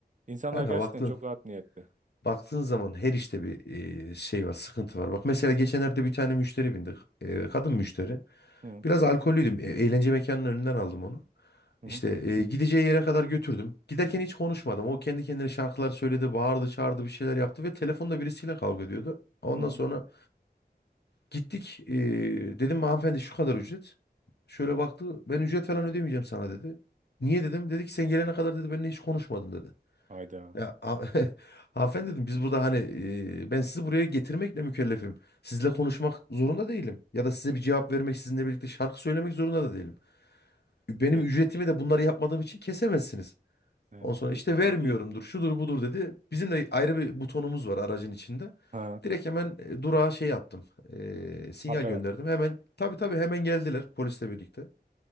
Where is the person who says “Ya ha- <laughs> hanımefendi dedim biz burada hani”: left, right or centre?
Left